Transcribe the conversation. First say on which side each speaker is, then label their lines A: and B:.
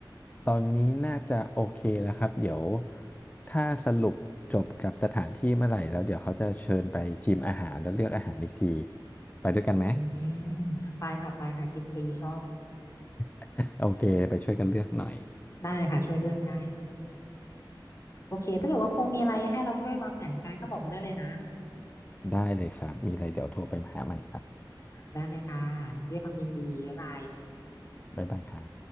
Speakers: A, on the left; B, on the left.
A: ตอนนี้น่าจะโอเคแล้วครับเดี๋ยวถ้าสรุปจบกับสถานที่เมื่อไหร่แล้วเดี๋ยวเขาจะเชิญไปชิมอาหารแล้วเลือกอาหารอีกที ไปด้วยกันไหม
B: อืมไปค่ะไปค่ะกินฟรีชอบ
A: <laughs> โอเคไปช่วยกันเลือกหน่อย
B: ได้เลยค่ะช่วยเลือกได้ โอเคถ้าเกิดว่าพงมีอะไรให้เราช่วยวางแผนการก็บอกมาได้เลยนะ
A: ได้เลยครับ มีอะไรเดี๋ยวโทรไปหาใหม่ครับ
B: ได้เลยค่ะด้วยความยินดี บ๊ายบาย
A: บ๊ายบายครับ